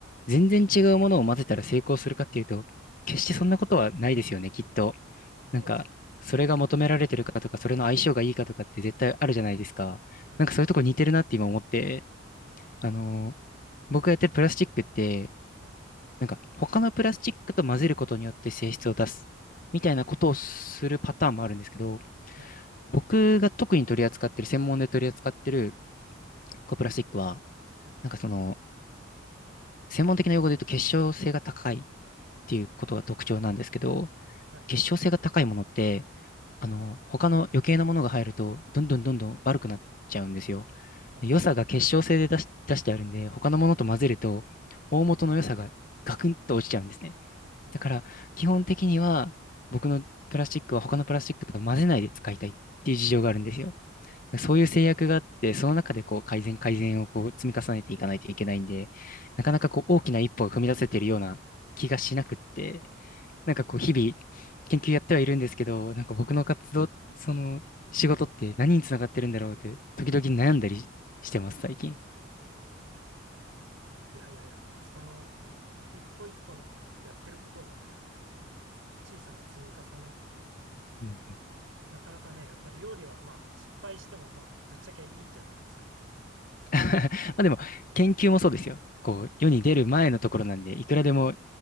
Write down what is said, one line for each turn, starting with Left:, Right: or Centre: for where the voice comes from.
Left: 全然違うものを混ぜたら成功するかっていうと、決してそんなことはないですよね、きっと。
Right: そうですね。
Left: なんか、それが求められてるかとか、それの相性がいいかとかって絶対あるじゃないですか。
Right: はい、
Left: なんかそういうとこ似てるなって今思って、
Right: うん、
Left: あのー僕がやってるプラスチックって、
Right: はい、
Left: なんか他のプラスチックと混ぜることによって性質を出すみたいなことをするパターンもあるんですけど、
Right: うん、はい、
Left: 僕が特に取り扱ってる、専門で取り扱ってるこうプラスチックは、
Right: はい、
Left: なんかその、専門的な用語で言うと結晶性が高いっていうことが特徴なんですけど、
Right: きはい、
Left: 結晶性が高いものって、
Right: はい、
Left: あの、他の余計なものが入ると、どんどんどんどん悪くなっちゃうんですよ。
Right: はい、
Left: で良さが結晶性で出し、出してあるんで、他のものと混ぜると、大元の良さがガクンと落ちちゃうんですね。
Right: はいはい、
Left: だから、基本的には、僕のプラスチックは他のプラスチックと混ぜないで使いたいっていう事情があるんですよ。
Right: はい。
Left: そういう制約があって、その中でこう改善改善をこう積み重ねていかないといけないんで、なかなかこう大きな一歩を踏み出せてるような気がしなくって、
Right: うん、
Left: なんかこう日々研究やってはいるんですけど、なんか僕の活動、その仕事って何につながってるんだろうって時々悩んだりしてます、最近。
Right: ああ、いやいやいや、その、一歩一歩のやってることがやっぱり、小さな積み重ね
Left: うん
Right: なかなかね、やっぱり料理はまあ失敗してもまあぶっちゃけいいじゃないですか。
Left: <laughs> まあでも研究もそうですよ。こう世に出る前のところなんで、いくらでも